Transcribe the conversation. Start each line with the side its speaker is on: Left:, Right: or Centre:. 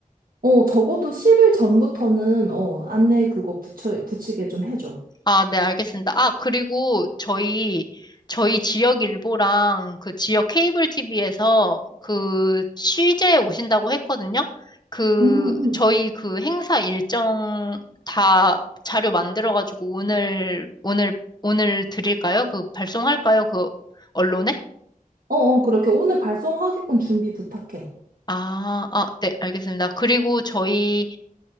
Right: 어 적어도 10일 전부터는 어 안내 그거 붙여 붙이게 좀 해줘
Left: 아, 네, 알겠습니다. 아, 그리고 저희, 저희 지역 일보랑 그 지역 케이블 TV에서 그 취재 오신다고 했거든요. 그,
Right: 응응
Left: 저희 그 행사 일정 다 자료 만들어가지고 오늘, 오늘, 오늘 드릴까요? 그 발송할까요? 그 언론에?
Right: 어, 어, 그렇게 오늘 발송하게끔 준비 부탁해.
Left: 아, 아, 네, 알겠습니다. 그리고 저희